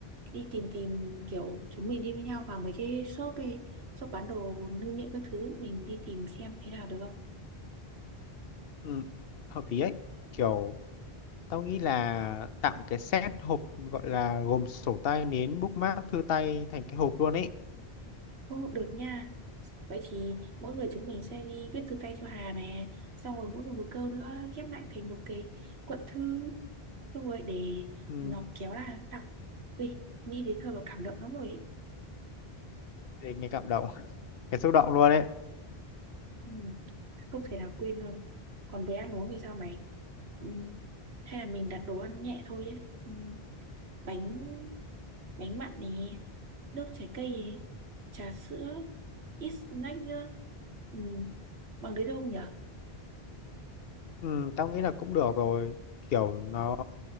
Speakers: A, on the right; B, on the left.
A: đi tìm tìm kiểu chúng mình đi với nhau vào mấy cái shop ấy shop bán đồ lưu niệm các thứ mình đi tìm xem thế nào được không
B: ừ, hợp lý ấy kiểu tao nghĩ là tặng cái set hộp gọi là gồm sổ tay nến bookmark thư tay thành cái hộp luôn ấy
A: Ô, được nha Vậy thì mỗi người chúng mình sẽ đi viết thư tay cho Hà nè Xong rồi mỗi người một câu nữa ghép lại thành một cái cuộn thư Xong rồi để
B: ừ,
A: nó kéo ra đọc Ui, nghĩ đến thôi mà cảm động lắm rồi ấy.
B: để nghe cảm động <laughs> cái xúc động luôn ấy
A: ừ, Không thể nào quên luôn Còn về ăn uống thì sao mày? Ừ, hay là mình đặt đồ ăn nhẹ thôi ấy. Ừ, bánh bánh mặn nè Nước trái cây nè Trà sữa Ít snack nữa ừ, Bằng đấy đâu nhỉ?
B: ừ, tao nghĩ là cũng được rồi kiểu nó